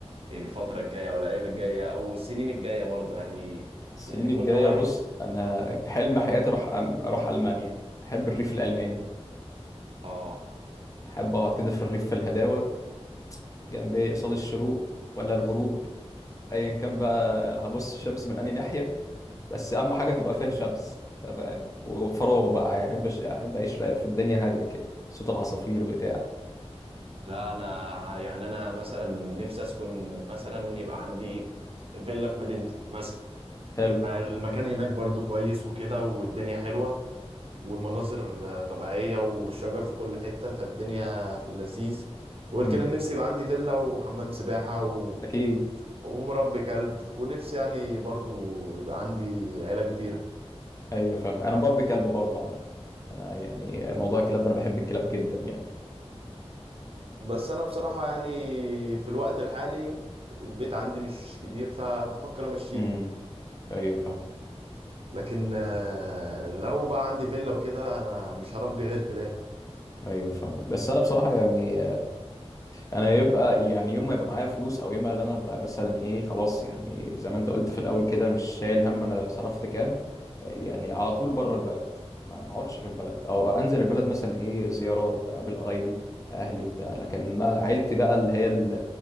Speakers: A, on the right; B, on the left.
A: الفتره الجايه او الايام الجايه او السنين الجايه برضو يعني
B: السنين
A: يعني
B: الجايه
A: كل واحد
B: بص انا حلم حياتي اروح أم- اروح المانيا احب الريف الالماني
A: اه
B: احب اقعد كده في الريف في الهداوه جنب ايه قصاد الشروق ولا الغروب ايا كان بقى هبص الشمس من انهي ناحيه بس اهم حاجه تبقى فيها شمس أنت فاهم وفراغ بقى يعني احب أش- احب اعيش في في الدنيا هاديه كده صوت العصافير بتاع
A: لا انا يعني انا مثلا نفسي اسكن مثلا يبقى عندي فيلا في مدينتي مثلا
B: حلو
A: المكان هناك برضو كويس وكده والدنيا حلوة والمناظر آه، طبيعية والشجر في كل حتة فالدنيا في اللذيذ وغير
B: امم
A: كده نفسي يبقى عندي فيلا وحمام سباحة و...
B: اكيد
A: ومربي كلب ونفسي يعني برضو يبقى عندي عيلة كبيرة
B: ايوه فاهم انا مربي كلب برضه عامه انا يعني موضوع الكلاب ده انا بحب الكلاب جدا يعني
A: بس أنا بصراحة يعني في الوقت الحالي البيت عندي مش كبير فبفكر أمشيه
B: امم ايوه فاهم
A: لكن آه، لو بقى عندي فيلا وكده انا مش هربي غير كلاب
B: ايوه فاهمك بس انا بصراحه يعني انا يبقى يعني يوم ما يبقى معايا فلوس او يوم ما اللي انا ابقى مثلا ايه خلاص يعني زي ما انت قلت في الاول كده مش شايل هم انا صرفت كام يعني على طول بره البلد ما ما اقعدش في البلد او انزل البلد مثلا ايه زيارات اقابل قرايبي اهلي بتاع لكن ما عيلتي بقى اللي هي ال-